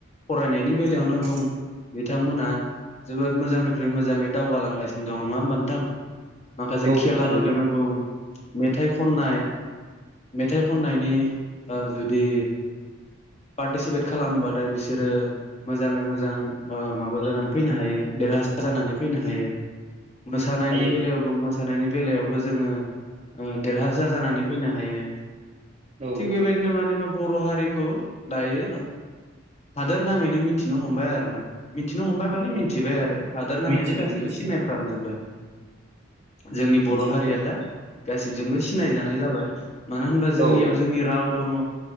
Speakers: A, on the left; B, on the right.
A: फरायनायनि बेलायावनो
B: थारैनो
A: बुं बिथांमोना जोबोद मोजांनिफ्राय मोजाङै दावगालांगासिनो दङ नङा होमबा नोंथां? माखासे
B: औ
A: खेलाफोरखौनो
B: औ थारैनो
A: बुं मेथाइ खननाय मेथाइ खननायनि जुदि पार्टिसिपेट खालामबाथाय बिसोरो मोजाङै मोजां माबा जानानै फैनो हायो देरहासार जानानै फैनो हायो। मोसानायनि
B: हायो
A: बेलायावबो
B: हायो
A: मोसानायनि बेलायावबो जोङो देरहासार जानानै फैनो हायो
B: औ
A: थिग
B: औ
A: बेबायदिनो माने मा बर' हारिखौ दायो हादोर नाङैनो मिथिनो हमबाय आरो ना मिथिनो हमबाय माने
B: औ
A: मिथिबाय आरो हादोर नाङैनो
B: मिथिबाय
A: गासैबो
B: मिथिबाय
A: सिनायफ्रामजोब्बाय जोंनि बर'
B: मिथिबाय
A: हारिया
B: नंगौ
A: दा गासिबजोंबो सिनायजानाय जाबाय मानो होनबा जोंनियाव
B: औ औ
A: जोंनि राव दङ